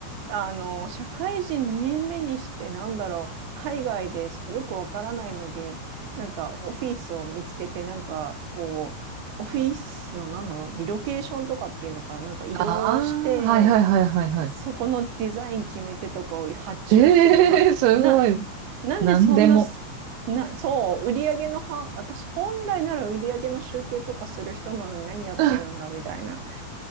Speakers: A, on the right (about 70°); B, on the right (about 85°).
A: あの、社会人2年目にして、なんだろう、海外でよくわからないのに、なんか、オフィスを見つけて、なんか、こう、オフィスの、なんだろう、リロケーションとかっていうのかな、なんか移動して、
B: ああ、はいはいはいはいはい。
A: そこのデザイン決めてとかを発注してとか、
B: ええすごい。
A: な、なんでそんな、
B: なんでも。
A: な、そう、売り上げのは、私本来なら売り上げの集計とかする人なのに何やってるんだみたいな。
B: <laughs>